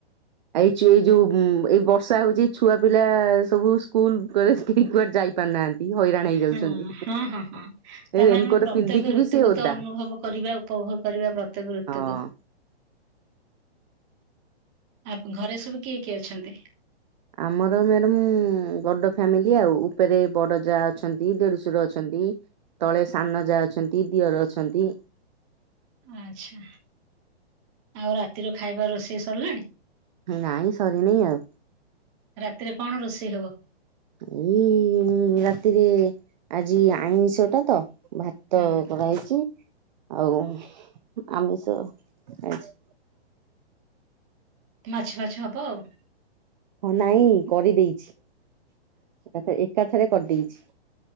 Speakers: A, on the right; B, on the right.
A: ଏ ଏଇ ଯୋଉ ଏଇ ବର୍ଷା ହଉଛି। ଯେ ଛୁଆ ପିଲା ସବୁ ସ୍କୁଲ କଲେଜ କେହି କୁଆଡେ ଯାଇ ପାରୁନାହାନ୍ତି। ହଇରାଣ ହେଇଯାଉଛନ୍ତି।
B: ହଁ ହଁ ହଁ ହଁ। ତାପରେ
A: ଏ ରେନିକୋଟ
B: ଆମେ ପ୍ରତ୍ୟେକ
A: ପିନ୍ଧିକି
B: ଋତୁକୁ
A: ବି ସିଏ ଓଦା
B: ତ ଅନୁଭବ କରିବା ଉପଭୋଗ କରିବା ପ୍ରତ୍ୟେକ ଋତୁକୁ।
A: ହଁ।
B: ଆ ଘରେ ସବୁ କିଏ କିଏ ଅଛନ୍ତି?
A: ଆମର ମ୍ୟାଡାମ ବଡ ଫାମିଲି ଆଉ ଉପରେ ବଡ ଯା ଅଛନ୍ତି। ଦି ଦେଡୁଶୁର ଅଛନ୍ତି ତଳେ ସାନ ଯା ଅଛନ୍ତି ଦିଅର ଅଛନ୍ତି।
B: ଆଛା ଆଉ ରାତିରୁ ଖାଇବା ରୋଷେଇ ସରିଲାଣି?
A: ନାଇଁ ସରିନି ଆଉ।
B: ରାତିରେ କଣ ରୋଷେଇ ହବ?
A: ଏଇ ରାତିରେ ଆଜି ଆଇଁଷ ଟା ତ ଭା
B: ହଁ
A: ତ କରାହେଇଛି ଆଉ ଆମିଷ ଆଜି
B: ମାଛ ଫାଛ ହବ ଆଉ।
A: ହଁ ନାଇଁ କରିଦେଇଛି ଏକାଥରେ କରିଦେଇଛି।